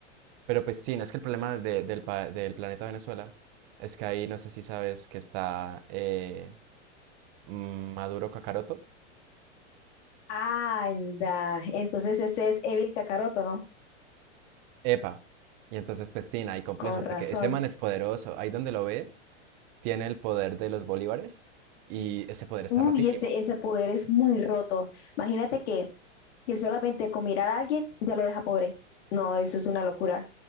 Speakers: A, on the right (about 45°); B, on the left (about 65°).
A: Pero pues sí, no es que el problema de- del, pa- del planeta Venezuela es que ahí no sé si sabes que está eh, mm, Maduro Kakaroto.
B: Anda, entonces ese es Evil Kakaroto, ¿no?
A: Epa. Y entonces pues tiene ahí complejo,
B: Con razón.
A: porque ese man es poderoso. Ahí donde lo ves, tiene el poder de los bolívares y ese poder está
B: Uy,
A: rotísimo.
B: ese, ese poder es muy roto. Imagínate que, que solamente con mirar a alguien ya lo deja pobre. No, eso es una locura.